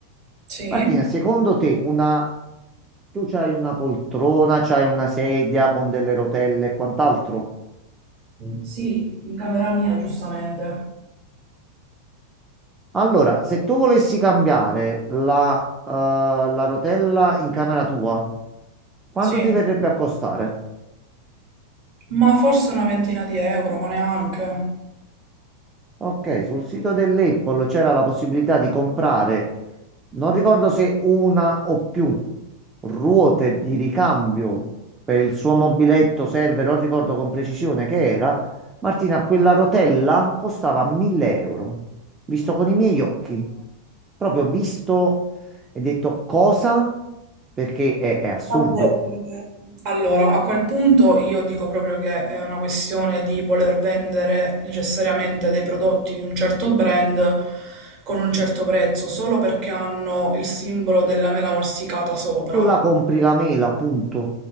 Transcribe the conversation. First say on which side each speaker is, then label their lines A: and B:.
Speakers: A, on the right; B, on the right.
A: sì,
B: Martina, secondo te una... tu c'hai una poltrona, c'hai una sedia con delle rotelle e quant'altro?
A: Sì, in camera mia, giustamente.
B: Allora, se tu volessi cambiare la, eh, la rotella in camera tua, quanto
A: sì.
B: ti verrebbe a costare?
A: ma forse una ventina di euro, ma neanche.
B: Ok, sul sito dell'Apple c'era la possibilità di comprare, non ricordo se una o più ruote di ricambio per il suo mobiletto server, non ricordo con precisione che era. Martina, quella rotella costava 1000 euro, visto con i miei occhi. Proprio visto e detto cosa? Perché è, è assurdo.
A: Vabbè, eh, Allora, a quel punto io dico proprio che è una questione di voler vendere necessariamente dei prodotti di un certo brand con un certo prezzo, solo perché hanno il simbolo della mela morsicata sopra.
B: Tu la compri la mela, punto.